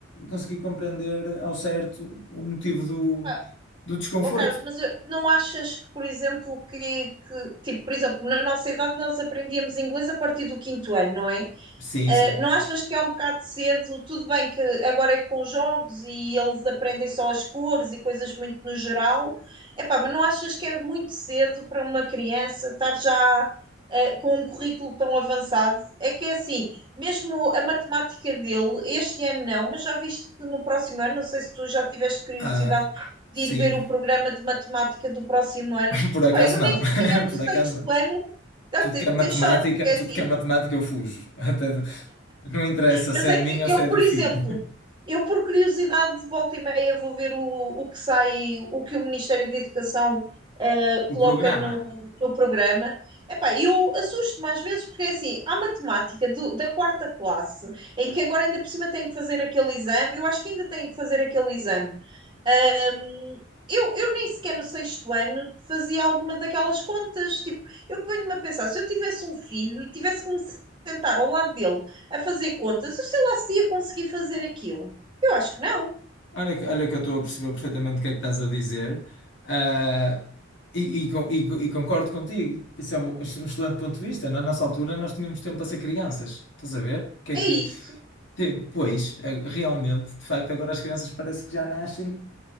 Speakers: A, on the left; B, on the right.
A: conseguir compreender ao certo o motivo do,
B: Epá,
A: do desconforto.
B: ó Carlos, mas eh, não achas que, por exemplo, que, que, tipo, por exemplo, na nossa idade nós aprendíamos inglês a partir do quinto ano, não é?
A: Sim,
B: Uh,
A: sim.
B: não achas que é um bocado cedo? Tudo bem que agora é com jogos e eles aprendem só as cores e coisas muito no geral. Epá, mas não achas que é muito cedo para uma criança estar já uh, com um currículo tão avançado? É que é assim, mesmo a matemática dele, este ano não, mas já viste que no próximo ano, não sei se tu já tiveste curiosidade
A: Ah,
B: de
A: sim,
B: ir ver o programa de matemática do próximo ano.
A: <laughs> por acaso
B: Epá, eu
A: não.
B: nem sequer
A: <laughs>
B: no
A: Por
B: sexto
A: acaso não.
B: ano. Tá,
A: Tudo
B: te-
A: que é matemática,
B: Tens sorte, porque é
A: tudo
B: assim,
A: que é matemática eu fujo. <laughs> Até do- não interessa
B: mas
A: se é
B: é
A: minha
B: que
A: ou
B: eu,
A: se
B: por
A: é do
B: exemplo,
A: filho.
B: eu por curiosidade de volta e meia vou ver o, o que sai, o que o Ministério da Educação eh, coloca
A: O programa.
B: no, no programa. Epá, eu assusto mais vezes porque é assim, há matemática do- da quarta classe, em que agora ainda por cima tem que fazer aquele exame, eu acho que ainda tem que fazer aquele exame. Ah, eu, eu nem sequer no sexto ano fazia alguma daquelas contas. Tipo, eu ponho-me a pensar, se eu tivesse um filho e tivesse que me sentar ao lado dele a fazer contas, eu sei lá se ia conseguir fazer aquilo. Eu acho que não.
A: Olha, que- olha que eu estou a perceber perfeitamente o que é que estás a dizer. Ah, e, e con- e- e concordo contigo. Isso é um, um excelente ponto de vista. Na nossa altura, nós tínhamos tempo para ser crianças. Estás a ver? O Que é
B: É
A: que,
B: isso.
A: tem- pois, é- realmente, de facto, agora as crianças parece que já nascem